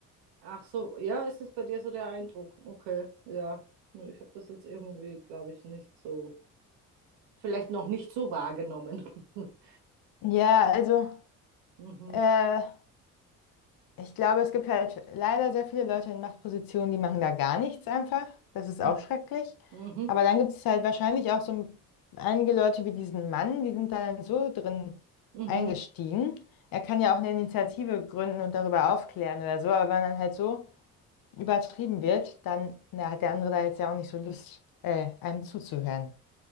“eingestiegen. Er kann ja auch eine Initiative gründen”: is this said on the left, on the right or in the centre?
Left